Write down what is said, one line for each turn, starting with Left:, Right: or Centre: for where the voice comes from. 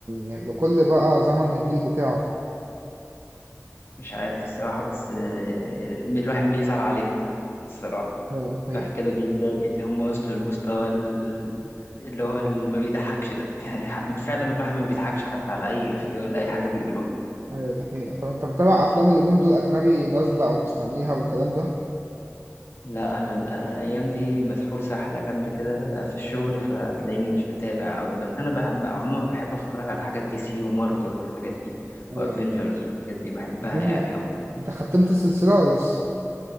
Right: يعني لكل بقى زمن الجيل بتاعه
Left: مش عارف الصراحة بس آه، الواحد بيزعل عليهم الصراحة
Right: ايوه دي حقيقة
Left: الواحد كده بيتضايق إن هم وصلوا للمستوى ال- اللي هو اللي ما بيضحكش ده <laughs> يعني ح- فعلا الواحد ما بيضحكش حتى على أي إفيه ولا أي حاجة بيقولوها
Right: ايوه دي حقيقة طب انت متابع افلام اليومين دول اجنبي نازلة او مستنيها والكلام ده؟
Left: لا انا الايام دي مسحول سحله جامده كده في الشغل فتلاقيني مش متابع أوي بس انا بحب عموما بحب اتفرج على حاجات دي سي ومارفل والحاجات دي
Right: أيوة.
Left: وافنجرز والحاجات دي بحبها
Right: هو-
Left: يعني أوي
Right: انت ختمت السلسلة ولا لسه؟